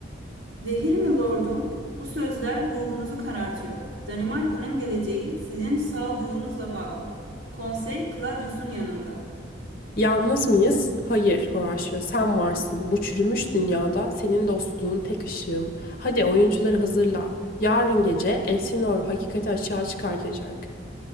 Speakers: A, on the right (about 55°); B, on the left (about 50°).
A: Zehir mi lordum? Bu sözler ruhunuzu karartıyor. Danimarka'nın geleceği sizin sağduyunuzla bağlı. Konsey Claudius'un yanında.
B: Yalnız mıyız? Hayır Horacio, sen varsın. Bu çürümüş dünyada senin dostluğun tek ışığım. Hadi oyuncuları hazırla. Yarın gece Elsinor hakikati açığa çıkartacak.